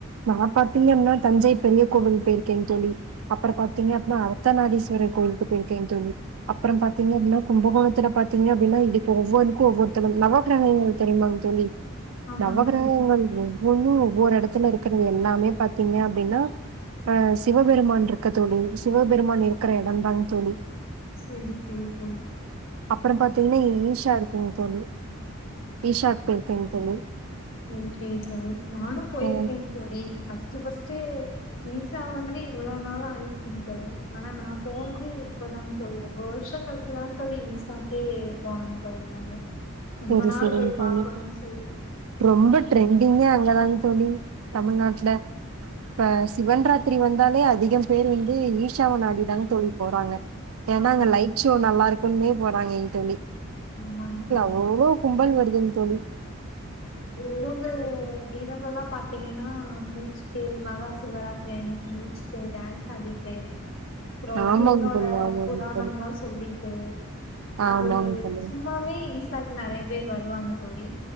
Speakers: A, on the right; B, on the left.
A: நான் பாத்தீங்கனா தஞ்சை பெரிய கோவில் போயிருக்கேன் தோழி அப்புறம் பாத்தீங்க அத்தநாதீஸ்வரர் கோயிலுக்கு போய் இருக்கேன் தோழி அப்புறம் பாத்தீங்கனா கும்பகோணத்துல பாத்தீங்க அப்படின்னா இங்க்கு ஒவ்வொருக்கும் ஒவ்வொருத்தளம் நவகிரகங்கள் தெரியுமாங்க சொல்லி
B: ஆமாங்க
A: நவகிரகங்கள்
B: தோழி.
A: ஒவ்வொன்னும் ஒவ்வொரு இடத்துல இருக்கு தோழி எல்லாமே பாத்தீங்க அப்படின்னா அஹ் சிவபெருமான் இருக்க தோழி சிவபெருமான் இருக்கிற இடம் தாங்க தோழி
B: செரி செரி தோழி
A: அப்புறம் பாத்தீங்கன்னா ஈஷா இருக்குங்கு தோழி விஷாக போயிருக்கேன் தோழி
B: செரி செரி தோழி நானும் போயிருக்கேன்
A: ஆ
B: தோழி ஹஸ்பண்ட் ஸ்ட் ஈசா வந்து இவ்வளவு நாளும் ஆயிடுச்சுன்னு தோழி ஆனா நான் போனது இப்பதான் தோழி ரொம்ப வருஷம் கழிச்சுதான் தோழி ஈசாக்கே போனேன்னு தோழி நானு ரொம்ப
A: சரி
B: நாள்
A: சரிங்க
B: போய்
A: தோழி
B: பாக்கணும்ன்னனு சொல்லி
A: ரொம்ப ட்ரெண்டிங்க அங்க தான்ங்க ம் தமிழ்நாட்ல அ சிவன்ராத்திரி வந்தாலே அதிகம் பேர் வந் ஈஷாவ நாடி தா தோழி போறாங்க ஏனா
B: ஆமாங்க
A: அங்க லைட் ஷோ நல்லா இருக்கு போறாங்க தோழி
B: ஆமாங் தோழி
A: எவ்ளோ கும்பல் வருதுங்க தோழி
B: இரவு இரவெல்லா பாத்தீங்கனா முல்ச்சிட்டு மகா சிவராத்திரி அன்னைக்கு முல்ச்சிட்டு டான்ஸ் ஆடிட்டு அப்றோ
A: ஆமாங்க
B: சிவனோட
A: தோழி ஆமாங்க
B: புராணம்
A: தோழி
B: எல்லா சொல்லி உம்
A: ஆமாங்க
B: அது
A: தோழி
B: சும்மாவே ஈசாக் கு நெறைய பேர் வருவாங்க தோழி